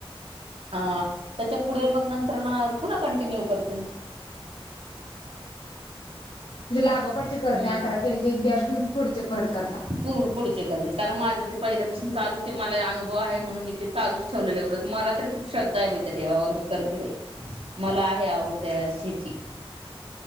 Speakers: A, on the right (about 75°); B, on the left (about 70°).
A: त्या पुढे मग नंतर न पुन्हा कंटिन्यू करते
B: जे लागोपाट
A: हम्म
B: करते अकरा केले एक गॅप घेऊन पुडचे परत करता.
A: पु पुढचे करते कारण माझं ते पहिल्यापासून चालूच मला अनुभव आहे म्हणून मी ते चालूच ठेवले व्रत मला तरी खुप श्रद्धा आहे त्या देवावर मी करते बाई मला आहे आवडते हेची